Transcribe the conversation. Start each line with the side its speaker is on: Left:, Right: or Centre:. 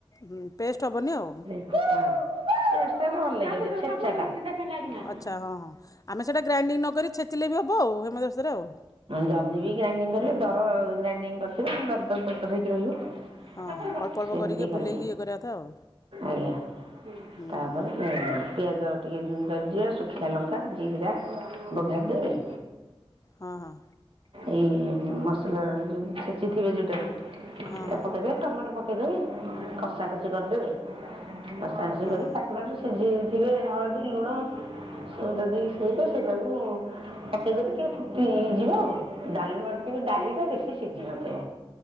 Left: ହୁଁ ପେଷ୍ଟ ହବନି ଆଉ।
Right: ପେଷ୍ଟ ହେଲେ ଭଲ ଲାଗେନି ଛେଚାଟା।
Left: ଆଚ୍ଛା ହଁ ହଁ ଆମେ ସେଇଟା ଗ୍ରାଇଣ୍ଡିଙ୍ଗ ନ କରି ଛେଚିଲେ ବି ହବ ଆଉ ହେମଦସ୍ତାରେ ଆଉ।
Right: ଯଦି ବି ଗ୍ରାଇଡିଙ୍ଗ କରିବେ ଦର ଗ୍ରାଇଡିଂ କରିଥିବେ ଦର ଦର ଦର ହେଇକି ରହିବ।
Left: ହଁ ହଁ ଅଳ୍ପ ଅଳ୍ପ
Right: ସେମିତି
Left: ବୁଲେଇକି
Right: କରିକି
Left: ଇଏ କରିବା କଥା ଆଉ
Right: ଆଜ୍ଞା।
Left: ହୁଁ
Right: ତାପରେ
Left: ହୁଁ
Right: ପିଆଜ ଟିକେ ଜ କରିିବା ଶୁଖିଲା ଲଙ୍କା ଜିରା ବଘାରିଦେବେ।
Left: ହଁ ହଁ।
Right: ଏଇ ମସଲା ଛେଚି ଥିବେ ଯୋଉଟାରୁ
Left: ହଁ ହଁ
Right: ପକେଇଦେବେ ଟମାଟୋ ପକ୍ କେଇଦେବେ କଷା କଷି କରିଦେବେ କଷା କଷି
Left: ହଁ
Right: କରି
Left: ହଁ
Right: <inaudible> ସେ ଯିଏ ଥିବେ ଆଉ ଦେଇ ଲୁଣ ସଦା ଦେଇ ସେଇ ସେଇଟାକୁ ପଠେଇଦବେ ଟିକେ ଫୁଟି ଯିବ। ଡାଲରେ ଟିକେ ଡଲିିଟା ବେଶୀ ସିଝିନଥିବ।